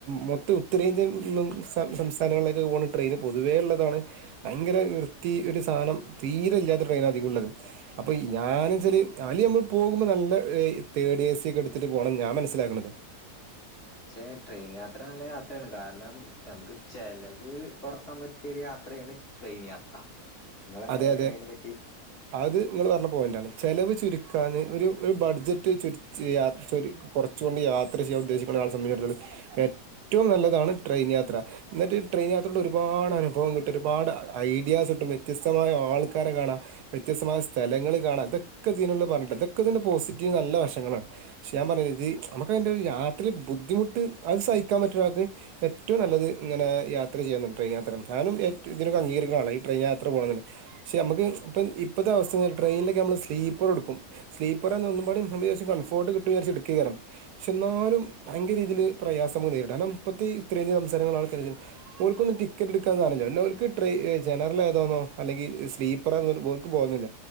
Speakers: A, on the right; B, on the left.
A: മൊത്തം ഉത്തരേന്ത്യൻ നും സം സംസ്ഥാനങ്ങളിലേക്കെ ഒക്കെ പോണ ട്രെയിൻ പൊതുവേ ഉള്ളതാണ് ഭയങ്കര വൃത്തി ഒരു സാധനം തീരെ ഇല്ലാത്ത ട്രെയിന അധികംമുള്ളള്ളത് അപ്പൾ ഞാനച്ചാൽ അല് നമ്മൾ പോകുമ്പോൾ നല്ല തേർഡ് എ സി ഒക്കെ എടുത്തിട്ട് പോകണം ഞാൻ മനസ്സിലാക്കണത്
B: ക്ഷെ ട്രെയിൻ യാത്ര നല്ല യാത്രയാണ്, കാരണം നമുക്ക് ചെലവ് കുറക്കാൻ പറ്റിയൊരു യാത്രയാണ് ട്രെയിൻ യാത്ര. നിങ്ങളെന്താ
A: അതെ
B: പറയണെ
A: അതെ
B: അയിനെ പറ്റി
A: അത് നിങ്ങള് പറഞ്ഞ പോയിൻ്റാണ് ചിലവ് ചുരുക്കാന് ഒരു ഒരു ബഡ്ജറ്റ് ചുരിച്ച് യാത്തൊരു കുറച്ച് കൊണ്ട് യാത്ര ചെയ്യാൻ ഉദ്ദേശിക്കുന്നയാളെ സംബന്ധിച്ചിത്തൂ ഏറ്റവും നല്ലതാണ് ട്രെയിൻ യാത്ര, എന്നിട്ട് ട്രെയിൻ യാത്രയുടെ ഒരുപാട് അനുഭവം കിട്ടും ഒരുപാട് ഐഡിയാസ് കിട്ടു. വ്യത്യസ്തമായ ആൾക്കാരെ കാണാം വ്യത്യസ്തമായ സ്ഥലങ്ങൾ കാണാം ഇതൊക്കെ ഇതിനുളളി പറഞ്ഞിട്ടുണ്ട്, ഇതൊക്കെ ഇതിൻ്റെ പോസിറ്റീവ് നല്ല വശങ്ങളാണ് പക്ഷേ ഞാൻ പറഞ്ഞത് ഇത് നമുക്ക് അതിൻ്റെ ഒരു യാത്ര ബുദ്ധിമുട്ട് അത് സഹിക്കാൻ പറ്റ ഒരാൾക്ക് ഏറ്റവും നല്ലത് ഇങ്ങനെ യാത്ര ചെയ്യുന്നാണ് ട്രയിൻ യാത്ര ഞാനും ഏറ്റവും ഇതിനൊക്കെ അംഗീകരിക്കുന്ന ആളാ ഈ ട്രെയിൻ യാത്ര. ഇത്ര പോകണന്നില്ല പക്ഷെ നമുക്ക് ഇപ്പം ഇപ്പോഴത്തെ അവസ്ഥ ട്രെയിനിലൊക്കെ നമ്മൾ സ്ലീപ്പർ എടുക്കും സ്ലീപ്പർ എന്ന ഒന്നുമ്പാട് വിചാരിച്ച് കൺഫേം ഒട്ടു കിട്ടും വിചാരിച്ചിട്ട് കേറുംഎന്നാലും ഭയങ്കര ഇതില് പ്രയാസംങ്ങ നേരിടും കാരണം ഇപ്പോത്തെ ഉത്തരേന്ത്യ സംസ്ഥാനങ്ങളാണ് <unintelligible> ഓർക്കൊന്നും ടിക്കറ്റ് എടുക്കാന്നാണല്ല എല്ലാവർക്ക് ട്രെ ജനറൽ ആ ഇതാന്നോ അല്ലെങ്കി സ്ലീപ്പർ ആ ന്നന്ന് ഒരു ഓർക്ക് ബോധല്ല,